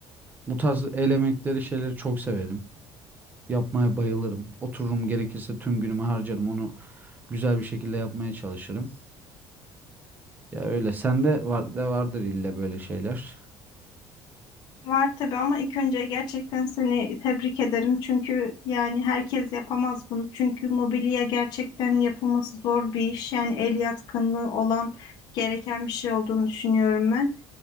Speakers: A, on the right (about 20°); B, on the left (about 45°).
A: Bu tarz el emekleri şeyleri çok severim. Yapmaya bayılırım. Otururum gerekirse tüm günümü harcarım. Onu güzel bir şekilde yapmaya çalışırım. Ya öyle. Sende var de vardır illa böyle şeyler.
B: Var tabii ama ilk önce gerçekten seni tebrik ederim. Çünkü yani herkes yapamaz bunu. Çünkü mobilya gerçekten yapılması zor bir iş. Yani el yatkınlığı olan gereken bir şey olduğunu düşünüyorum ben.